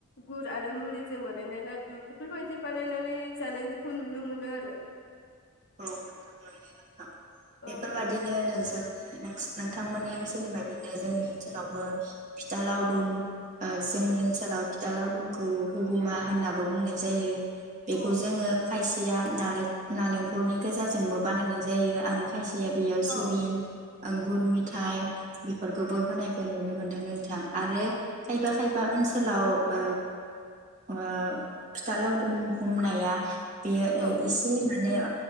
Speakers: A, on the left (about 55°); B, on the right (about 35°).
A: गुर आरो मुरि जों बानायनाय लाडु बेफोरबायदि बानायनानै जानायखौ नुनो मोनो आरो
B: औ नोंथां मानोना बेफोर
A: औ
B: बायदिनो नोंसोर नोस नोंथांमोननि ओनसोलनि बायदिनो जोंनि ओनसोलावबो फिथा लावदुम जोंनि ओनसोलाव फिथा लावदुमखौ हुगुमा होननाबो बुंनाय जायो। बेखौ
A: अ
B: जोङो खाय निया नालें नालें खरनि गोजाजोंबो बानायनाय जायो आरो। खायसेया बेयाव
A: औ
B: सिबिन आंगुर मिथाइ बेफोरखौबो होनायखौ नुनो मोन्दों नोंथां आरो खायफा खायफा ओनसोल सोलाव ओ ओ फिथा लावदुम हमनाया बेया
A: औ
B: इसे माने ओ